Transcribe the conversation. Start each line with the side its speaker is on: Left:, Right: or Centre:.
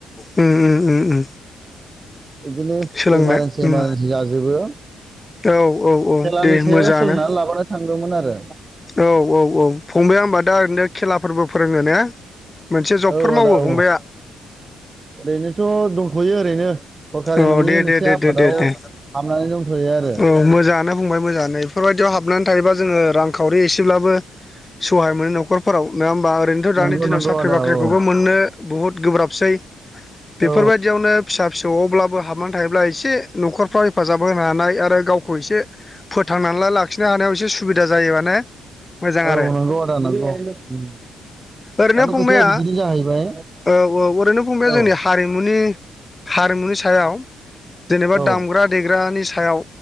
Left: औ। उम उम उम उम
Right: बिदिनो
Left: सोलोंनो
Right: इमारजेन्सि
Left: उम
Right: इमारजेन्सि जाजोबो
Left: औ औ औ
Right: खेलानि
Left: दे
Right: सायाव
Left: मोजाङानो।
Right: सोलोंनानै लाबोना थांदोंमोन आरो
Left: औ औ औ फंबाया दा होमब्ला ओरैनो खेला फोरबो फोरोङो ने मोनसे जबफोर
Right: औ
Left: मावो
Right: आदा औ
Left: फंबाया?
Right: ओरैनोथ' दंथ'यो ओरैनो सरखारि
Left: औ
Right: नङि
Left: दे
Right: मोनसे
Left: दे दे
Right: आफादाव
Left: दे दे दे।
Right: हाबनानै दंथ'यो आरो
Left: औ मोजाङानो बुंबाय मोजाङानो बेफोरबायदियाव हाबनानै थायोबा जोङो रांखावरि एसेब्लाबो <unintelligible> सहाय मोनो न'खरफोराव नङा होमबा ओरैनोथ' दानि
Right: नंगौ
Left: दिनाव
Right: नंगौ
Left: साख्रि
Right: आदा
Left: बाख्रिखौबो
Right: औ
Left: मोननो बुहुत गोब्राबसै बेफोरबायदियावनो
Right: औ
Left: फिसा फिसौआवब्लाबो हाबनानै थायोब्ला एसे न'खरफ्राव हेफाजाब होनो हानाय आरो गावखौ एसे फोथांनानै लाखिनो हानायाव एसे सुबिदा जायो माने मोजां
Right: औ
Left: आरो।
Right: नंगौ आदा नंगौ उम
Left: ओरैनो
Right: दानि
Left: फंबाया
Right: खोथाया बिदिनो
Left: औ
Right: जाहैबाय
Left: औ ओरैनो फंबाया
Right: औ
Left: जोंनि हारिमुनि हारिमुनि सायाव जेनेबा
Right: औ
Left: दामग्रा देग्रानि सायाव